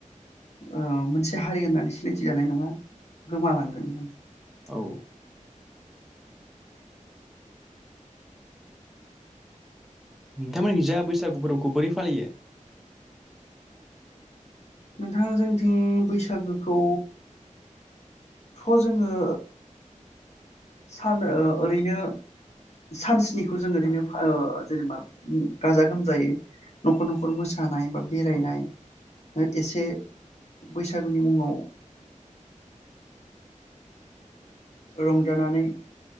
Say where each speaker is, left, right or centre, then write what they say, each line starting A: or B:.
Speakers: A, on the left; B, in the centre.
A: ओ मोनसे हारि होननानै सिनायथि जानाय नङा गोमालांगोन माने
B: औ नोंथांमोनखिजा बैसागु फोरबोखौ बोरै फालियो?
A: नोंथां जोंनिथिं बैसागोखौ थ' जोङो सान ओ ओरैनो सानस्निखौ जों ओरैनो ओ जेनेबा उम गाजा गोमजायै न'खर न'खर मोसानाय बा बेरायनाय
B: औ
A: एसे बैसागुनि मुङाव ओ रं जानानै